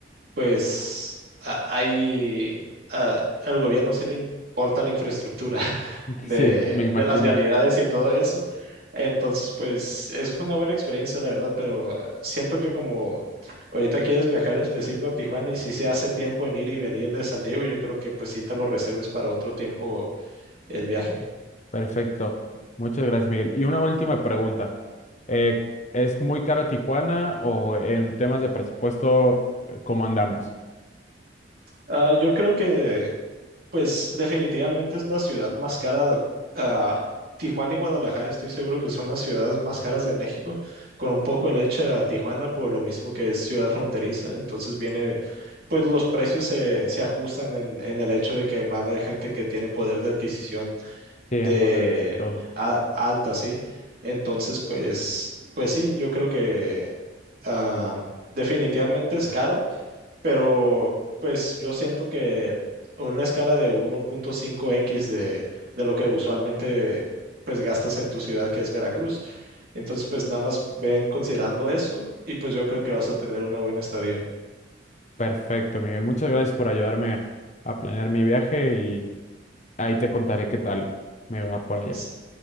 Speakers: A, on the right; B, on the left.
A: pues, a- hay, a- al gobierno sí le importa la infraestructura <laughs>
B: <laughs>
A: de,
B: Sí, me imagino.
A: de las vialidades y todo eso. Entonces, pues, es una buena experiencia, la verdad, pero siento que como ahorita quieres viajar en específico a Tijuana y si se hace tiempo en ir y venir de San Diego, yo creo que pues sí te lo reserves para otro tiempo el viaje.
B: Perfecto. Muchas gracias, Miguel. Y una última pregunta. Eh, ¿es muy caro Tijuana o en temas de presupuesto, eh, cómo andamos?
A: Ah, yo creo que Pues definitivamente es la ciudad más cara. ah, Tijuana y Guadalajara estoy seguro que son las ciudades más caras de México, con un poco de leche a Tijuana por lo mismo que es ciudad fronteriza. Entonces viene, pues los precios se, se ajustan en, en el hecho de que va a haber gente que tiene poder de adquisición
B: Sí, en
A: de
B: dólares y todo.
A: a- alta, ¿sí? Entonces, pues, pues sí, yo creo que ah, definitivamente es caro pero pues yo siento que en una escala de 1.5x de, de lo que usualmente pues gastas en tu ciudad que es Veracruz. Entonces pues nada más ven considerando eso y pues yo creo que vas a tener una buena estadía.
B: Perfecto, Miguel. Muchas gracias por ayudarme a planear mi viaje y ahí te contaré qué tal me va por allá.
A: S-